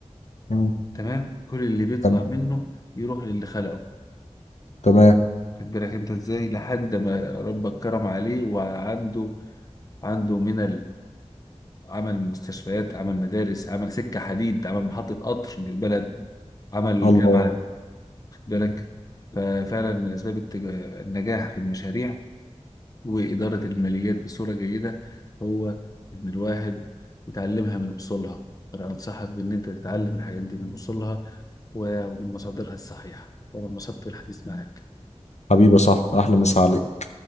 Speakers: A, on the left; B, on the left.
A: مم.
B: تمام كل اللي بيطلع
A: تمام
B: منه يروح للي خلقه
A: تمام
B: خد بالك انت ازاي لحد ما ربك كرم عليه وعنده عنده من عمل مستشفيات عمل مدارس عمل سكة حديد عمل محطة قطر للبلد عمل
A: الله
B: جامعة خد بالك
A: مم.
B: ففعلا أسباب التج... النجاح في المشاريع وإدارة الماليات بصورة جيدة هو إن الواحد يتعلمها من أصولها أنا أنصحك بإن أنت تتعلم الحاجات دي من أصولها ومن مصادرها الصحيحة وأنا انبسطت بالحديث معاك
A: حبيبي يا صاحبي احلى مسا عليك